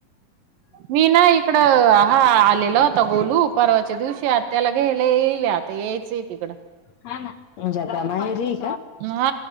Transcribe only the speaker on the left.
हा ना तुम्ही जाता माहेरी.